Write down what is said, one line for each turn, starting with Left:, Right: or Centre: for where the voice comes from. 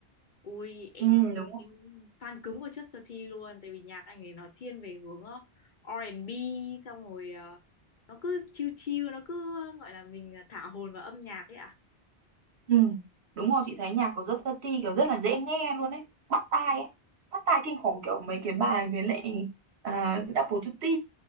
Left: ui em
Right: ừ đúng
Left: em fan cứng của Chester T luôn tại vì nhạc anh ấy nó thiên về hướng ờ, R&B xong rồi ờ, nó cứ chill chill nó cứ ờ, gọi là mình thả hồn vào âm nhạc ấy ạ
Right: Ừ, đúng rồi chị thấy nhạc của rất Tati kiểu rất là dễ nghe luôn ấy bắt tai ấy bắt tai kinh khủng kiểu mấy cái bài với lại uh, Double Tutti